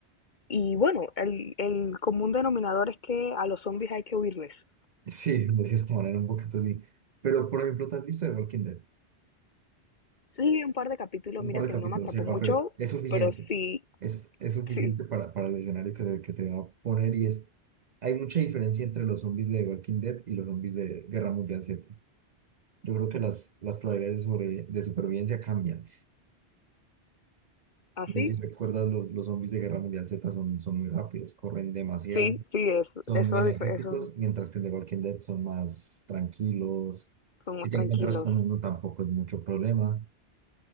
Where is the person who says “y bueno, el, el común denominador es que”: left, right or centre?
Left